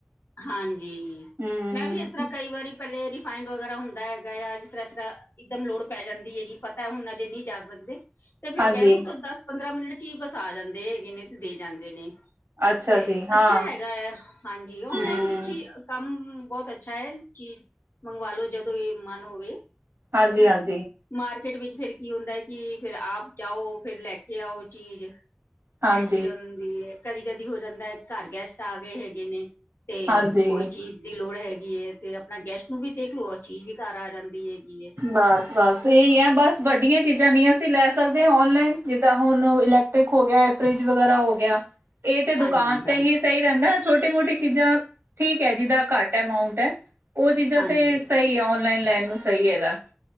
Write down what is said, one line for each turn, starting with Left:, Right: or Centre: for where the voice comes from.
Left: ਹਾਂਜੀ
Right: ਹੂੰ।
Left: ਮੈਂ ਵੀ- ਜਿਸ ਤਰਾਂ ਕਈ ਵਾਰੀ ਪਹਿਲੇ ਰਿਫਾਈੰਡ ਵਗੈਰਾ ਹੁੰਦਾ ਹੈਗਾ ਆ, ਜਿਸ ਤਰਾਂ-ਇਸ ਤਰਾਂ ਇਕਦਮ ਲੋੜ ਪੈ ਜਾਂਦੀ ਹੈਗੀ। ਪਤਾ ਹੁਣ ਅਜੇ ਨਹੀਂ ਜਾ ਸਕਦੇ। ਤੇ ਫੇਰ
Right: ਹਾਂਜੀ,
Left: ਕਹਿ ਦੂ ਤਾਂ ਦਸ- ਪੰਦਰਾਂ ਮਿੰਟ ਚ ਹੀ ਬਸ ਆ ਜਾਂਦੇ ਹੈਗੇ ਨੇ, ਤੇ ਦੇ ਜਾਂਦੇ ਨੇ।
Right: ਅੱਛਾ
Left: ਤੇ
Right: ਜੀ ਹਾਂ,
Left: ਅੱਛਾ ਹੈਗਾ ਆ, ਹਾਂਜੀ ਓਨਲਾਈਨ
Right: ਹੂੰ,
Left: ਵੀ। ਚੀ ਕੰਮ ਬਹੁਤ ਅੱਛਾ ਹੈ, ਚੀਜ਼ ਮੰਗਵਾਲੋ ਜਦੋਂ ਵੀ ਮਨ ਹੋਵੇ।
Right: ਹਾਂਜੀ-ਹਾਂਜੀ,
Left: ਹੈਨਾ। ਮਾਰਕੀਟ ਵਿੱਚ ਫੇਰ ਕੀ ਹੁੰਦਾ ਕਿ ਫੇਰ ਆਪ ਜਾਓ, ਫੇਰ ਲੈ ਕੇ ਆਓ ਚੀਜ਼।
Right: ਹਾਂਜੀ।
Left: ਇਹ ਚੀਜ਼ ਹੁੰਦੀ ਐ, ਕਦੀ- ਕਦੀ ਹੋ ਜਾਂਦਾ ਘਰ ਗੈਸਟ ਆ ਗਏ ਹੈਗੇ ਨੇ। ਤੇ
Right: ਹਾਂਜੀ,
Left: ਕੋਈ ਚੀਜ਼, ਦੀ ਲੋੜ ਹੈਗੀ ਹੈ ਤੇ, ਆਪਣਾ ਗੈਸਟ ਨੂੰ ਵੀ ਦੇਖ ਲੋੋ ਔਰ ਚੀਜ਼ ਵੀ ਘਰ ਆ ਜਾਂਦੀ ਹੈਗੀ ਏ।
Right: ਬਸ- ਬਸ ਇਹੀ ਹੈ ਬਸ। ਵੱਡੀਆਂ ਚੀਜ਼ਾਂ ਨਹੀਂ ਅਸੀਂ ਲੈ ਸਕਦੇ ਔਨਲਾਈਨ, ਜਿੱਦਾਂ ਹੁਣ ਇਲੈਕਟ੍ਰਿਕ ਹੋ ਗੇਆ ਫਰਿਜ ਵਗੈਰਾ ਹੋ ਗੇਆ। ਇਹ ਤੇ ਦੁਕਾਨ
Left: ਹਾਂਜੀ
Right: ਤੇ
Left: ਹਾਂਜੀ
Right: ਹੀ ਸਹੀ। ਰਹਿੰਦਾ ਛੋਟੀ- ਮੋਟੀ ਚੀਜ਼ਾਂ ਠੀਕ ਹੈ, ਜਿਦਾ ਘੱਟ ਅਮਾਉਂਟ ਹੈ ਉਹ ਚੀਜ਼ਾਂ
Left: ਹਾਂਜੀ
Right: ਤੇ ਸਹੀ। ਔਨਲਾਈਨ ਲੈਣ ਨੂੰ ਸਹੀ ਹੈਗਾ,